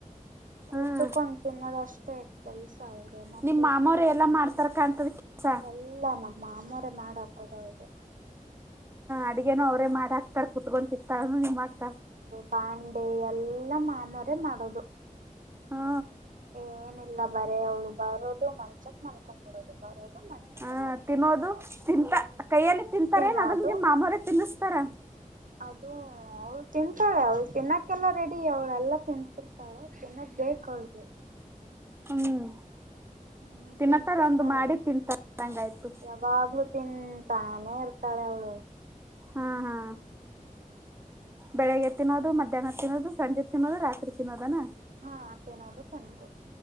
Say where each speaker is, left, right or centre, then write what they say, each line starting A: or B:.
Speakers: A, on the right (about 70°); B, on the right (about 15°).
A: ಕೂತ್ಕ.
B: ಹ್ಮ್
A: ತಿನ್ನೋದಷ್ಟೇ ಕೆಲ್ಸ ಅವ್ರ ಮತ್ತ
B: ನಿಮ್ ಮಾಮವ್ರ
A: ನು ಗೊತ್ತಿಲ್ಲ
B: ಎಲ್ಲಾ ಮಾಡ್ತಾರ ಕಾಣ್ತದ ಕೆಲ್ಸ
A: ಎಲ್ಲ. ಇಲ್ಲ ನಮ್ಮ ಮಾಮರ ಮಾಡ ಹಾಕೋದ ಅವ್ರಿಗೆ.
B: ಅಡಗೇನು ಅವರೇ ಮಾಡಾಕ್ತಾರ ಕುತ್ಕೊಂತಿಂಥಳನು ನಿಮ್ಮಕ್ಕ.
A: ಪಾಂಡೆ ಎಲ್ಲ ಮಾಮೂರೆ ಮಾಡೋದು.
B: ಹಾ
A: ಏನಿಲ್ಲ ಬರೇ ಅವಳು ಬರೋದು ಮಂಚಕ್ ಮಲ್ಕೊಂಡ್ ಬಿಡೋದು. ಬರೋದು ಮಂಚಕ್ಕೆ
B: ಹ
A: ಮಲ್ಕೊಂಡ್ಬಿದೂ
B: ತಿನ್ನೋದು
A: ಅಷ್ಟೇನ
B: ತಿಂತ ಕೈಯಲ್ಲಿ ತಿಂತಾರೇನ್ ಅದನ್ನ
A: ಅದು.
B: ನಿಮ್ ಮಾಮವರೇ ತಿನ್ನಿಸ್ತಾರ
A: ಅದು ಅವಳು ತಿಂತಾಳೆ ಅವಳು ತಿನ್ನೋಕ್ಕೆಲ್ಲ ರೆಡಿ ಅವಳೆಲ್ಲಾ ತಿನಂತಿರ್ತಳೆ. ತಿನ್ನದ್ ಬೇಕು ಅವಳಿಗೆ
B: ಹ್ಮ್
A: ಹ್ಮ್
B: ತಿನ್ನತ್ತಾರ
A: ತಿಂತಿರ್ತಾಳೆ
B: ಒಂದು ಮಾಡಿ ತಿಂತಾರಂಗ ಆಯ್ತು.
A: ಯಾವಾಗ್ಲೂ ತಿಂತಾನೆ ಇರ್ತಾಳೆ ಅವಳು.
B: ಹಾ ಹಾ ಬೆಳಿಗ್ಗೆ ತಿನ್ನೋದು ಮಧ್ಯಾಹ್ನ ತಿನ್ನೋದು ಸಂಜೆ ತಿನ್ನೋದು ರಾತ್ರಿ ತಿನ್ನೋದೆನಾ.
A: ಹಾ ತಿನೋದು ಚೆನ್ನದ್